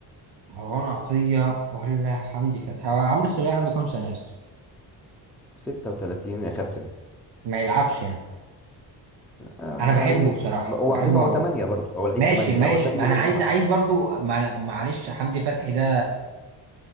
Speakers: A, on the right (about 75°); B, in the centre.
A: مروان عطية ولا حمدي فتحي هو عمرو السولية عنده كام سنة يا اسطى؟
B: 36 يا كابتن
A: ما يلعبش يعني
B: آم،
A: انا بحبه
B: يعني مت...
A: بصراحة
B: وبعدين
A: بحبه
B: هو
A: قوي
B: 8 برضه هو لعيب
A: ماشي
B: 8 يعني
A: ماشي
B: هو زيه
A: ما
B: زي
A: انا عايز
B: إمام عاشور
A: عايز برضو ما انا معلش حمدي فتحي ده